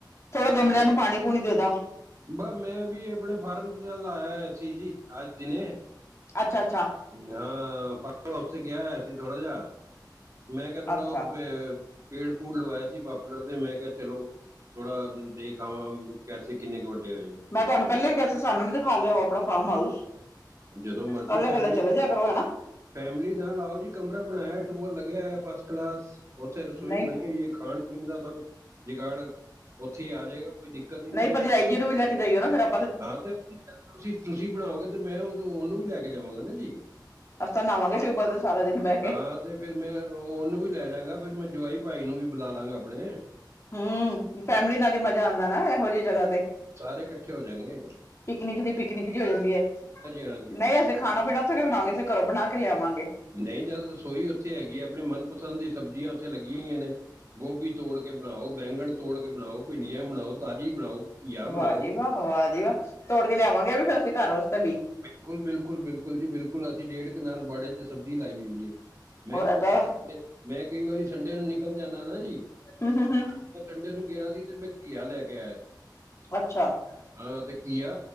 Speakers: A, on the left; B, on the right.
A: ਥੋੜਾ ਗਮਲੇਆਂ
B: ਹੂੰ।
A: ਨੂੰ ਪਾਣੀ-ਪੂਣੀ ਦੇਦਾ।
B: ਬਸ ਮੈਂ ਵੀ ਆਪਨੇ ਫਾਰਮ ਦਾ ਲਾ ਆਏਆ ਸੀ ਜੀ ਅੱਜ ਦਿਨੇ।
A: ਅੱਛਾ-ਅੱਛਾ।
B: ਹਾਂ ਫਾਮ ਹਾਊਸ ਤੇ ਗਿਆ ਹੋਏਆ ਸੀ ਥੋੜਾ ਜਾ। ਮੈਂ ਕਿਆ ਥੋੜਾ
A: ਅੱਛਾ
B: ਓ ਪੇ ਪੇੜ-ਪੂੜ ਲਵਾਏਆ ਸੀ ਪਾਪਲਰ ਦੇ ਮੈਂ ਕਿਆ ਚਲੋ ਥੋੜਾ ਦੇਖ ਆਵਾਂ ਕੈਸੇ ਕਿੰਨੇ ਕ ਵੱਡੇ ਹੋਏ ਨੇ।
A: ਮੈਂ ਤੁਆਨੂੰ ਪੈਲਾਂ ਵੀ ਕਿਆ ਸਾਨੂੰ ਵੀ ਦਿਖਾ ਲੇਆਓ ਆਪਨਾ ਫਾਮ ਹਾਊਸ।
B: ਜਦੋਂ ਮਰਜੀ
A: ਕੱਲੇ-ਕੱਲੇ
B: ਫੈਮਿਲੀ
A: ਚਲੇ ਜੇਆ ਕਰੋ ਹੈਨਾ।
B: ਫੈਮਿਲੀ ਨਾਲ ਆਓ ਜੀ ਕਮਰਾ ਬਨਾਏਆ ਐ ਟੂਅਲ ਲੱਗੇਆ ਐ ਫਸਟ ਕਲਾਸ ਓਥੇ ਰਸੋਈ
A: ਨਹੀਂ
B: ਬਨੀ ਹੋਈ ਐ ਖਾਨ-ਪੀਨ ਦਾ ਸਬ ਜਗਾੜ ਓਥੇ ਈ ਆ ਜਾਏਗਾ ਕੋਈ ਦਿੱਕਤ ਈ ਨੀ।
A: ਨਹੀਂ ਭਰਜਾਈ ਜੀ ਨੂੰ ਵੀ ਲੈ ਕੇ ਜਾਈਓ ਨਾ ਫਿਰ ਆਪ
B: ਹਾਂ ਤੇ ਜਿੱਦਨ ਤੁਸੀਂ-ਤੁਸੀਂ ਬਨਾਓਗੇ ਤੇ ਮੈਂ ਓਦਨ ਓਨੂੰ ਵੀ ਲੈ ਕੇ ਜਾਵਾਂਗਾ ਨਾ ਜੀ।
A: ਅਸੀ ਤਾਂ ਨਾਵਾਂਗੇ ਟਿਊਬਵੈਲ ਤੇ ਸਾਰਾ ਦਿਨ ਬੈ ਕੇ।
B: ਹਾਂ ਤੇ ਫਿਰ ਮੈਂ ਓਨੂੰ ਵੀ ਲੈ ਜਾਂਗਾ ਫੇਰ ਮੈਂ ਜਵਾਈ ਭਾਈ ਨੂੰ ਵੀ ਬੁਲਾ ਲਾਂਗਾ ਆਪਨੇ।
A: ਹਾਂ ਫੈਮਲੀ ਨਾਲ ਈ ਮਜ਼ਾ ਆਂਦਾ ਨਾ ਇਹੋ ਜੀ ਜਗਾ ਤੇ।
B: ਸਾਰੇ ਇਕੱਠੇ ਹੋ ਜਾਂਗੇ।
A: ਪਿਕਨਿਕ ਦੀ ਪਿਕਨਿਕ ਜੀ ਹੋ ਜਾਂਦੀ ਐ।
B: ਹਾਂਜੀ
A: ਨਈ
B: ਹਾਂਜੀ
A: ਅਸੀਂ ਖਾਣਾ ਪੀਣਾ ਉੱਥੇ ਕਯੋ ਬਣਾਂਗੇ ਅਸੀ ਕਰੋ ਬਣਾਕੇ ਲਿਆਵਾਂਗੇ।
B: ਨਈ ਜਦ ਰਸੋਈ ਉੱਥੇ ਹੈਗੀ ਐ ਆਪਣੇ ਮਨਪਸੰਦ ਦੀ ਸਬਜ਼ੀਆ ਉੱਥੇ ਲੱਗੀਆ ਹੋਈਆ ਨੇ। ਗੋਭੀ ਤੋੜ ਕੇ ਬਣਾਓ, ਬੈਂਗਣ ਤੋੜ ਕੇ ਬਣਾਓ, ਭਿੰਡੀਆਂ ਬਣਾਓ ਤਾਜ਼ੀ ਬਣਾਓ। ਘੀਆ
A: ਵਾਹ
B: ਬਣਾਓ
A: ਜੀ ਵਾਹ, ਵਾਹ ਜੀ ਵਾਹ ਤੋੜ ਕੇ ਲਿਆਵਾਂਗੇ ਵੀ ਫੇਰ ਅਸੀਂ ਕਾਰ ਵਾਸਤੇ ਵੀ।
B: ਕੁਲ, ਬਿਲਕੁਲ-ਬਿਲਕੁਲ ਜੀ ਬਿਲਕੁਲ ਅਸੀਂ ਡੇਢਨ ਕਨਾਲ ਬਾੜੇ ਚ ਸਬਜ਼ੀ ਲਾਈ ਹੋਈ ਏ। ਮੈਂ-ਮੈਂ
A: ਹੋਰ ਏਦਾਂ
B: ਕਈ ਵਾਰੀ ਸੰਡੇ ਨੂੰ ਨਿਕਲ ਜਾਂਦਾ ਨਾ ਜੀ।
A: <unintelligible>
B: ਮੈਂ ਸੰਡੇ ਨੂੰ ਗਿਆ ਸੀ ਤੇ ਮੈਂ ਘੀਆ ਲੈ ਕੇ ਆਇਆ ਸੀ।
A: ਅੱਛਾ
B: ਹਾਂ ਤੇ ਘੀਆ